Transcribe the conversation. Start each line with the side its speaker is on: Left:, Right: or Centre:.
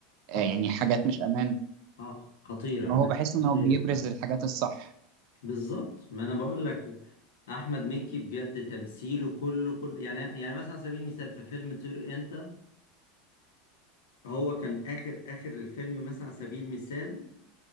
Right: آه،
Left: خطر
Right: يعني حاجات مش امان
Left: اه خطيرة
Right: ما
Left: أماكن
Right: هو بحس إن
Left: خطيرة
Right: هو بيبرز
Left: فعلا.
Right: الحاجات الصح
Left: بالظبط ما أنا بقول لك أحمد مكي بجد تمثيله كله كله يعني يعني مثلا على سبيل المثال في فيلم طير أنت هو كان آخر آخر الفيلم مثلا على سبيل المثال